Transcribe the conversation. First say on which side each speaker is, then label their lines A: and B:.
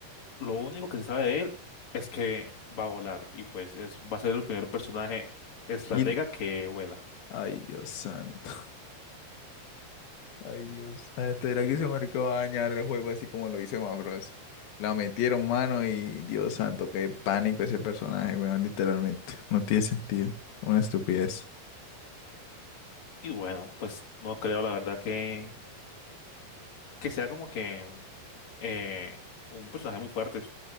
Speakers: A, on the left; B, on the left.
A: Lo único que se sabe de él es que va a volar, y pues es, va a ser el primer personaje estratega
B: Gil,
A: que vuela.
B: ay, Dios santo. Ay, Dios. Antes era que ese marica va a dañar el juego así como lo hizo Max Bros. La metieron mano y Dios santo, qué pánico ese personaje, weón, literalmente. No tiene sentido. Una estupidez.
A: Y bueno, pues no creo la verdad que, que sea como que eh, un personaje muy fuerte. O